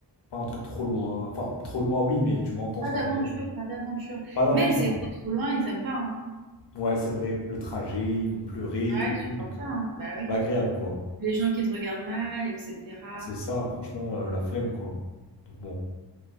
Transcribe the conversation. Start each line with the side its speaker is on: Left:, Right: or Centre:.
Left: pas un truc trop loin. Enfin, trop loin, oui, mais tu m'entends
Right: Pas
Left: ce que
Right: d'aventure,
Left: je veux dire. genre.
Right: pas d'aventure.
Left: Pas d'aventure,
Right: Même, si c'est
Left: non.
Right: vrai, trop loin, ils aiment pas, hein.
Left: Ouais, c'est vrai, le trajet, ils vont pleurer et
Right: Ah
Left: tout,
Right: Ouais,
Left: et
Right: ils supportent
Left: tout, donc
Right: pas, hein. Bah oui.
Left: pas agréable, quoi.
Right: Les gens qui te regardent mal, etc.
Left: C'est ça, franchement, euh, la flemme, quoi. Donc bon,